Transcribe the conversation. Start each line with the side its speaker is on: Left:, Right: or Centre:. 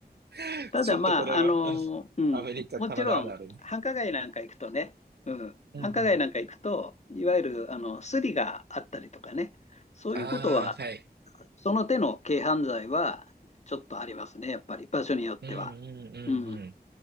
Right: <laughs>
Left: ただまあ、
Right: ちょっとこれは、
Left: あの、
Right: うん
Left: うん、
Right: アメリカ、
Left: もちろん、
Right: カナダあるあるね。
Left: 繁華街なんか行くとね、うん、
Right: うんうん。
Left: 繁華街なんか行くと、いわゆる、あの、スリがあったりとかね、そういうことは
Right: ああ、はい。
Left: その手の軽犯罪はちょっとありますね、やっぱり場所によっては。
Right: うんうんうん
Left: うん、